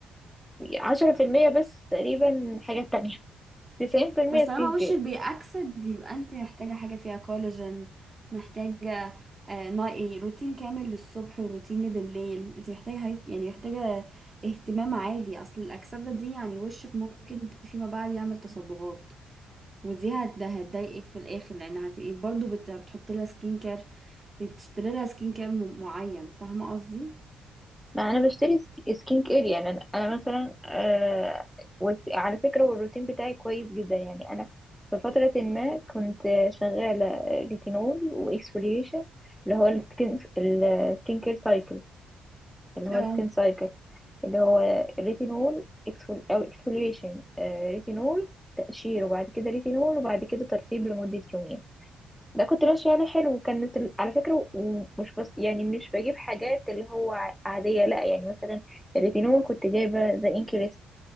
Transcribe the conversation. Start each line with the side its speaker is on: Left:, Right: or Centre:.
Centre: عشرة في المية بس تقريبا حاجات تانية تسعين في المية
Right: بس طالما
Centre: سكين
Right: وشك
Centre: كير
Right: بيأكسد يبقى انت محتاجة حاجة فيها كولاجين محتاجة آه نوع- إيه، روتين كامل للصبح وروتين بالليل انت محتاجة حاجات- يعني محتاجة اهتمام عالي اصل الأكسدة دي يعني وشك ممكن فيما بعد يعمل تصبغات ودي هت- ده هتضايقك في الاخر لان هتبقي برضه بت- بتحطي لها سكين كير بتشتري لها سكين كير م- معين فاهمة قصدي؟
Centre: ما انا بشتري س- سكين كير يعني انا أنا مثلا آه، وس- على فكرة والروتين بتاعي كويس جدا يعني انا في فترة ما كنت شغالة ريتينول واكسفوليشن اللي هو السكين السكين كير سايكل اللي هو
Right: اه
Centre: السكين سايكل اللي هو ريتينول اكسفول او اكسفوليشن ريتينول تقشير وبعد كده ريتينول وبعد كده ترطيب لمدة يومين ده كنت ماشية عليه حلو وكانت ال- على فكرة ومش بس يعني مش بجيب حاجات اللي هو ع- عادية لا يعني مثلا الريتينول كنت جايبة ذا انكريست